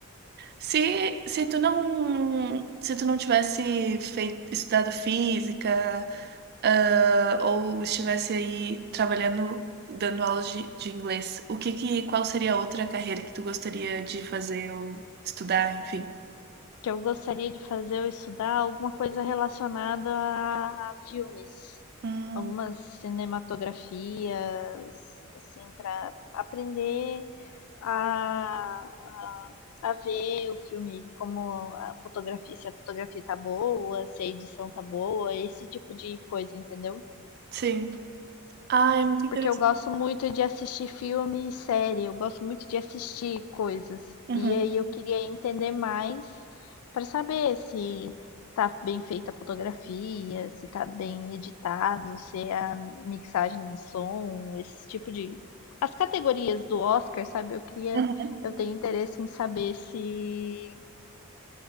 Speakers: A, on the right; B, on the left.
A: Se, se tu não, se tu não tivesse feito, estudado física, ah, ou estivesse aí trabalhando, dando aulas de, de inglês, o que que, qual seria a outra carreira que tu gostaria de fazer ou estudar, enfim?
B: que eu gostaria de fazer ou estudar alguma coisa relacionada a filmes,
A: Hum,
B: algumas cinematografias, assim, para aprender a, a, a ver o filme, como a fotografia, se a fotografia tá boa, se a edição tá boa, esse tipo de coisa, entendeu?
A: sim. Ah, é muito interessante.
B: Porque eu gosto muito de assistir filme e série, eu gosto muito de assistir coisas.
A: Uhum,
B: E aí eu queria entender mais para saber se tá bem feita a fotografia, se tá bem editado, se é a mixagem de som, esse tipo de. As categorias do Oscar, sabe? Eu queria.
A: uhum.
B: Eu tenho interesse em saber se,